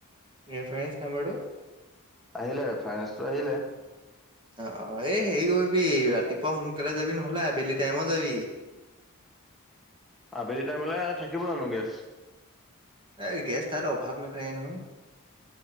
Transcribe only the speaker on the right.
ৰেফাৰেন্স নাম্বৰটো?
অ'অ' এই হেৰি কৰিবি, ৰাতিপুৱা সোনকালে যাবি নহলে আবেলি টাইমত যাবি। <inaudible>
এ' গেছ তাত অভাৱ নাথাকে নহয়।